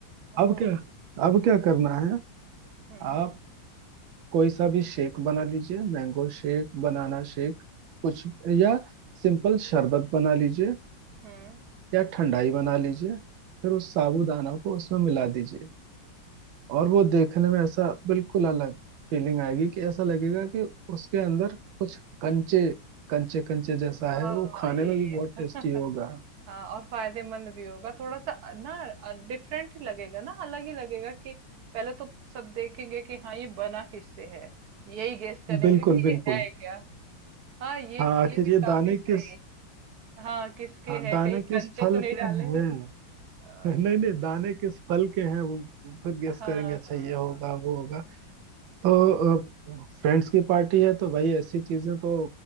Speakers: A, on the right (about 70°); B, on the right (about 80°).
A: हाँ
B: अब क्या अब क्या करना है
A: हम्म
B: आप कोई सा भी शेक बना लीजिए मैंगो शेक बनाना शेक कुछ या सिंपल शरबत बना लीजिए
A: हम्म
B: या ठंडाई बना लीजिए फिर उस साबूदाना को उसमें मिला दीजिए और वो देखने में ऐसा बिल्कुल अलग फीलिंग आएगी कि ऐसा लगेगा कि उसके अंदर कुछ कंचे कंचे कंचे जैसा
A: हाँ
B: है वो
A: हाँ,
B: खाने
A: ये
B: में भी बहुत
A: <laughs>
B: टेस्टी होगा
A: हाँ और फायदेमंद भी होगा थोड़ा सा अ, ना डिफरेंट ही लगेगा ना अलग ही लगेगा कि पहले तो सब देखेंगे कि हाँ ये बना किससे है यही गेस करेंगे
B: बिल्कुल
A: कि
B: बिल्कुल
A: ये है क्या हाँ ये
B: हाँ आखिर
A: ये भी
B: ये
A: काफी
B: दाने
A: सही
B: किस
A: हाँ किसके
B: हाँ,
A: है
B: दाने
A: कहीं
B: किस
A: कंचे
B: फल
A: तो नहीं
B: के
A: डाले
B: हैं
A: हैं? हाँ
B: <laughs> नहीं नहीं दाने किस फल के हैं वो फिर गेस
A: हाँ
B: करेंगे अच्छा
A: हाँ
B: ये होगा
A: हाँ
B: वो होगा तो फ्रेंड्स की पार्टी है तो भाई ऐसी चीजें तो